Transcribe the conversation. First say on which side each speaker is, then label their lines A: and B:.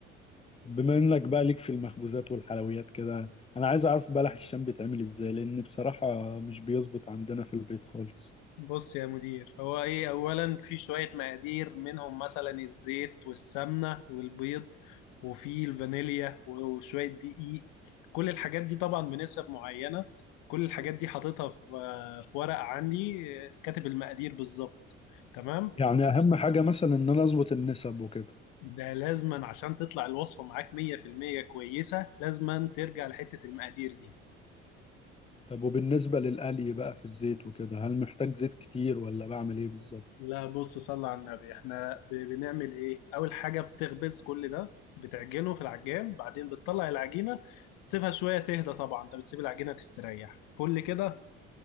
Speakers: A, on the left; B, on the left.
A: بما انك بقى ليك في المخبوزات والحلويات كده انا عايز اعرف بلح الشام بيتعمل ازاي لان بصراحة مش بيظبط عندنا في البيت خالص
B: بص يا مدير هو ايه اولا في شوية مقادير منهم مثلا الزيت والسمنة والبيض وفي الفانيليا وشوية دقيق كل الحاجات دي طبعا بنسب معينة كل الحاجات دي حاططها في في ورقة عندي آه، كاتب المقادير بالظبط تمام
A: يعني اهم حاجة مثلا ان انا اظبط النسب وكده
B: ده لازما عشان تطلع الوصفة معاك 100% كويسة لازما ترجع لحتة المقادير دي
A: طب وبالنسبة للقلي بقى في الزيت وكده هل محتاج زيت كتير ولا بعمل ايه بالظبط
B: لا بص صلى على النبي احنا ب- بنعمل ايه اول حاجه بتخبز كل ده بتعجنه في العجان بعدين بتطلع العجينه تسيبها شويه تهدى طبعا انت بتسيب العجينه تستريح فل كده